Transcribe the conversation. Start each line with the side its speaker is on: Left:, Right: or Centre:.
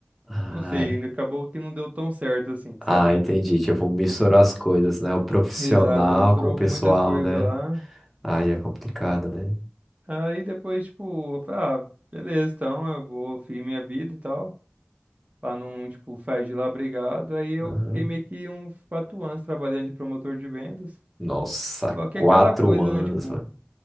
Centre: Ah,
Right: não sei,
Centre: é.
Right: acabou que não deu tão certo, assim,
Centre: Ah,
Right: sabe?
Centre: entendi. Tipo, misturar as coisas, né? O profissional
Right: Exato, misturou
Centre: com o pessoal,
Right: muitas coisas
Centre: né?
Right: lá.
Centre: Aí é complicado, né?
Right: Aí depois, tipo, eu falei, ah, beleza, então eu vou seguir minha vida e tal. pra não, tipo, sair de lá brigado. Aí eu
Centre: Aham.
Right: fiquei meio que uns quatro anos trabalhando de promotor de vendas.
Centre: Nossa,
Right: Só que
Centre: quatro
Right: é aquela coisa,
Centre: anos,
Right: né, tipo,
Centre: mano.